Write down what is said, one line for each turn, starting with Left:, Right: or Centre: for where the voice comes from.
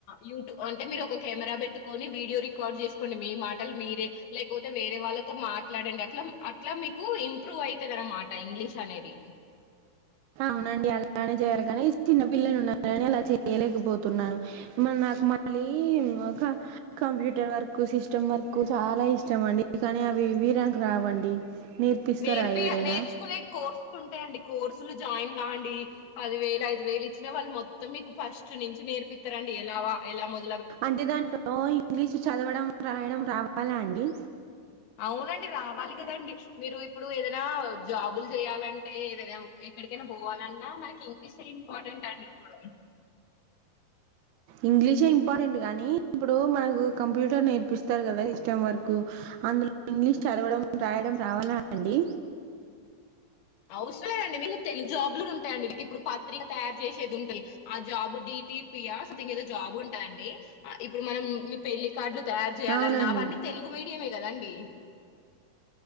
Left: యూట్యూబ్ అంటే మీరు ఒక కెమెరా పెట్టుకొని వీడియో రికార్డ్ చేసుకోండి మీ మాటలు మీరే లేకపోతే వేరే వాళ్ళతో మాట్లాడండి అట్లా అట్లా మీకు ఇంప్రూవ్ ఐతదాన్న మాట. అ ఇంగ్లీష్ అనేది.
Right: అవునండి అలానే చేయాలి గనీ చిన్న పిల్లలు ఉన్నరాని అలా చేయలేకపోతున్నాను మన నాకు మళ్ళీ మ కంప్యూటర్ వర్క్ సిస్టమ్ వర్క్ చాలా ఇష్టం అండి కానీ అవి ఏవి నాకు రావండి. నేర్పిస్తారా
Left: నేర్పియ
Right: ఎవరైనా
Left: నేర్చుకునే కోర్సులు ఉంటాయండి కోర్సులు జాయిన్. అవునా అండి పదివేలు ఐదు వేలు ఇచ్చినా వాళ్ళు మొత్తం మీకు ఫస్ట్ నుంచి నేర్పిత్తరండి ఎలావా ఎలా మొత్తం.
Right: అంటే దాంట్లో నో ఇంగ్లీష్ చదవడం రాయడం రావాలా అండి.
Left: అవునండి రావాలి కదండి మీరు ఇప్పుడు ఏదైనా జాబులు జెయ్యాలంటే ఏదైనా. ఎక్కడికైనా పోవాలన్నా మనకి ఇంగ్లీష్ ఇంపార్టెంట్ అండి ఇప్పుడు.
Right: ఇంగ్లీషే ఇంపార్టెంట్ గనీ, ఇప్పుడు మనకు కంప్యూటర్ నేర్పిస్తారు కదా సిస్టమ్ వరకు, అందులో ఇంగ్లీష్ చదవడం రాయడం రావాలా అండి.
Left: అవసర లేదండి మీకు తెలుగు జాబ్ లు కూడా ఉంటాయంండి మీ ఇప్పుడు పత్రిక తయారు చేసేది ఉంటుంది ఆ జాబు డిటిపియా సోం ఏదో జాబు ఉంటాయండి ఇప్పుడు మనం మీ పెళ్లి. కార్డులు తయారు చేయాలన్నా
Right: అవునండి
Left: అవన్నీ తెలుగు మీడియమే. కదా అండి.